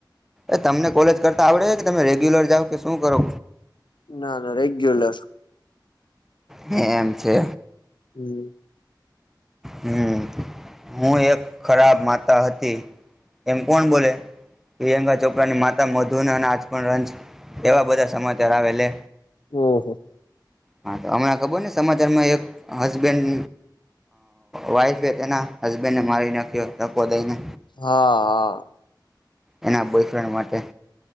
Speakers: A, in the centre; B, on the left.
A: એ તમને કોલેજ કરતા આવડે છે, કે તમે રેગ્યુલર જાવ કે શું કરો?
B: ના ના રેગ્યુલર
A: હે એમ છે
B: હમ
A: હમ, હું એક ખરાબ માતા હતી. એમ કોણ બોલે? પ્રિયંકા ચોપરાની માતા મધુન અને આચપન રંજ એવા બધા સમાચાર આવે લે.
B: હહ
A: હા, તો હમણા ખબરને સમાચારમાં એક હસબેન્ડ વાઈફ તેના હસબેન્ડને મારી નાખ્યો. ધક્કો
B: હા
A: દઈને
B: હા
A: એના બોયફ્રેન્ડ માટે